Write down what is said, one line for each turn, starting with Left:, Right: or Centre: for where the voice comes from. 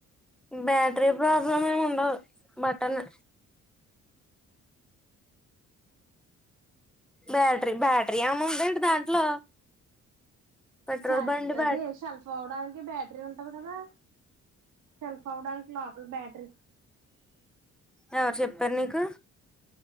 Centre: బ్యాటరీ ప్రాబ్లం ఏముండదు బటనే బ్యాట్రీ బ్యాట్రీ ఏముందేటి దాంట్లో పెట్రోల్
Right: చార్జ్
Centre: బండి
Right: అదే
Centre: బ్యాట
Right: షెల్ కోవడాన్కి బ్యాట్రీ ఉంటది కదా సెల్ఫ్ అవ్వడానికి లోపల బ్యాట్రీ
Centre: ఎవరు చెప్పారు నీకు